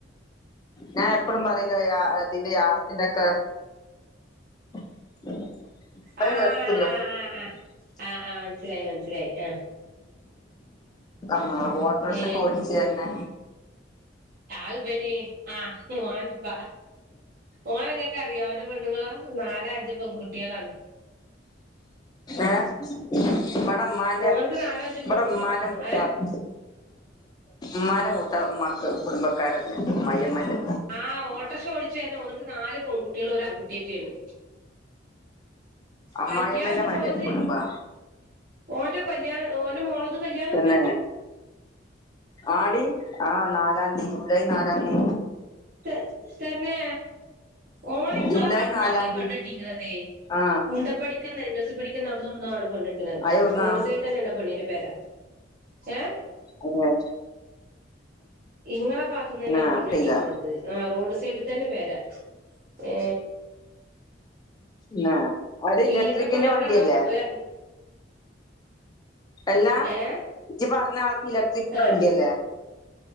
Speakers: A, on the left (about 20°); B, on the right (about 50°).
A: ഞാൻ എപ്പഴും <unintelligible> ഇതിന്റെ യാറത്തിന്റെക്കെ <unintelligible>
B: ആ ആ ആ ആ ആ മനസ്സിലായി മനസ്സിലായി ആ
A: ആ ഓട്ടർശൊക്കെ
B: ഏ
A: ഓടിച്ചു വര്നെ
B: ആഹ്ബന് ആ മോൻപ ഓനങ്ങക്കറിയോ ഓന്റെ പെണ്ണുങ്ങ നാല അഞ്ച് പെൺകുട്ട്യാളാണ്
A: എ ഇവെടെമ്മാന്റെ
B: ഓനക്ക് നാലോ അഞ്ചോ
A: ഇവെടെമ്മാന്റെ
B: പെൺ
A: മൂത്താപ്പ
B: ഏ
A: മ്മാന്റെ മൂത്ത മക്കൾ കുടുംബക്കാരല്ലേ മ്മായിമ്മന്റെ
B: ആ ഓട്ടർഷ ഓടിച്ചു വര്ന ഓന്ക്ക് നാല് പെൺകുട്ട്യാളും ഒരു ആൺകുട്ടിറ്റെണ്
A: അമ്മായിയമ്മന്റെ
B: കല്ല്യാണ്ട്
A: മാര്
B: മോളത്
A: കുടുംബാ
B: ഓന്റെ കല്യാണ ഓന്റെ മോളത് കല്യാണണ്ട്
A: പിന്നെ ആടി ആ നാലാംതി ജൂലൈ നാലാംതി
B: ത തന്നെ ഓന് ഇങ്ങളെ
A: ജൂലൈ
B: ബാത്ത്ന്നാണല്ലേ
A: നാലാം തീയതി
B: പെണ്ണട്ടീക്ക്ത്
A: ആ
B: കുണ്ട പഠിക്കന്ന് പടിക്കന്നോ അഉട്ന്നൊട്ന്നോ ആണ് പെണ്ണട്ട്ണ്
A: അത് എവിടുന്നാ
B: റോഡ് സൈഡിതന്നെല്ലേ പെണ്ണിന്റെ പെര എ
A: തന്നെ
B: ഇങ്ങളെ ബാത്ത്ന്നന്നെണ്
A: ന്നാ
B: പെണ്ണെട്ടീക്ക്
A: അറിയില്ല
B: ണെ ആ റോഡ് സൈഡ് തന്നെ പെര ഏ
A: ന്നാ അത് ഇലക്ട്രിക്കിന്റെ
B: ഇല്ലത്തപ്പടി അവ്ടെവ്ടോ
A: വണ്ടിയല്ലേ
B: ഒര
A: എല്ലാ
B: ഏ
A: ഇജ് പറഞ്ഞ ആൾക്ക് ഇലക്ട്രിക്ക് ന്റെ
B: ഏ
A: വണ്ടി അല്ലേ